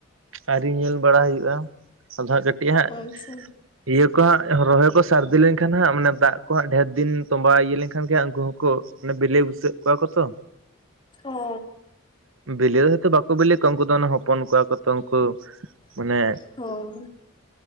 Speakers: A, on the right; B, on the left.
A: ᱟᱹᱣᱨᱤ ᱧᱮᱞ ᱵᱟᱲᱟ ᱦᱩᱭᱩᱜᱼᱟ ᱟᱫᱷᱟ ᱠᱟᱹᱴᱤᱡᱼᱼ ᱠᱟᱹᱴᱤᱡ ᱦᱟᱸᱜ
B: ᱟᱪᱪᱷᱟ
A: ᱤᱭᱟᱹ ᱠᱚ ᱦᱟᱸᱜ ᱨᱚᱦᱚᱭ ᱠᱚ ᱥᱟᱨᱫᱤ ᱞᱮᱱᱠᱷᱟᱱ ᱦᱟᱸᱜ ᱢᱟᱱᱮ, ᱫᱟᱜ ᱠᱚ ᱦᱟᱸᱜ ᱰᱷᱮᱨ ᱫᱤᱱ ᱛᱚᱸᱵᱟ ᱤᱭᱟᱹ ᱞᱮᱱᱠᱷᱟᱱ ᱜᱮ ᱦᱟᱜᱽ ᱩᱱᱠᱩ ᱦᱚᱸᱠᱚ ᱵᱤᱞᱤ ᱵᱩᱥᱟᱹᱜ ᱠᱚᱣᱟ ᱠᱚ ᱛᱚ᱾
B: ᱚ
A: ᱵᱤᱞᱤ ᱫᱚ ᱦᱚᱭᱛᱚ ᱵᱟᱠᱚ ᱵᱤᱞᱤ ᱠᱚ ᱩᱱᱠᱩ ᱫᱚ ᱦᱚᱯᱚᱱ ᱠᱚᱣᱟ ᱠᱚᱼᱼ ᱛ ᱩᱱᱠᱩ ᱢᱟᱱᱮ
B: ᱦᱚᱸ